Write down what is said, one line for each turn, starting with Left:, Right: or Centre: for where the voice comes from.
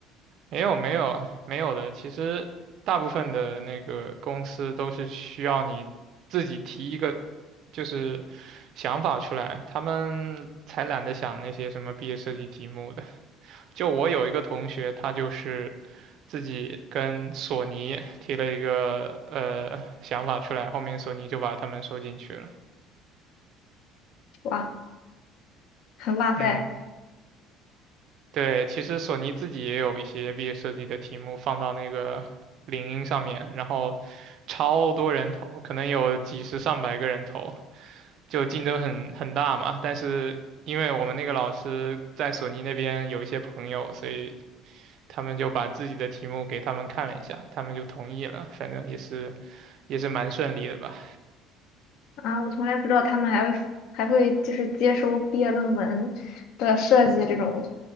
Right: 没有没有没有的，其实大部分的那个公司都是需要你自己提一个就是想法出来，他们才懒得想那些什么毕业设计题目的。就我有一个同学，他就是自己跟索尼提了一个呃想法出来，后面索尼就把他们收进去了。
Left: 哇，<laughs> 哇塞，
Right: 嗯。对，其实索尼自己也有一些毕业设计的题目放到那个领英上面，然后超多人投，可能有几十上百个人投，就竞争很很大嘛。但是因为我们那个老师在索尼那边有一些朋友，所以他们就把自己的题目给他们看了一下，他们就同意了。反正也是也是蛮顺利的吧。
Left: 啊，我从来不知道他们还会还会就是接收毕业论文的设计这种，